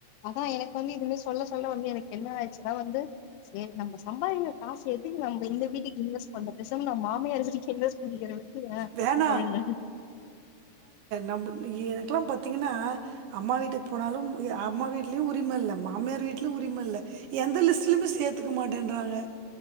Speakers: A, on the left; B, on the right.
A: அதன் எனக்கு வந்து இதுவே சொல்ல சொல்ல வந்து எனக்கு என்ன ஆயிச்சுன்ன வந்து சேரி நம்ம சம்பாரிகிற காசு எதுக்கு நம்ம இந்த வீட்டுக்கு இங்க கொஞ்சம் பேசம நான் மாமியார்ட்ட இன்வஸ் பண்ணிக்கிற ஏன்ன விட்டுருங்க
B: வேணா
A: அப்படின்ட
B: <unintelligible> இப்பலாம் பாத்தீங்கன்னா அம்மா வீட்டுக்கு போனாலும் அ அம்மா வீட்லையும் உரிமை இல்லை மாமியார் வீட்டலையும் உரிமை இல்லை எந்த லிஸ்டலைமே சேர்த்துக்க மாட்டன்றாங்க